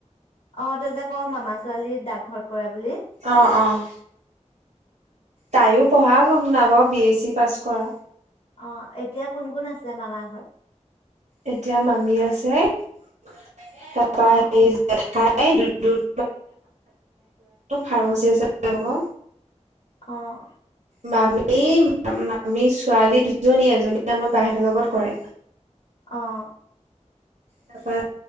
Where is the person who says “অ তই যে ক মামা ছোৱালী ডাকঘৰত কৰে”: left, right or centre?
Left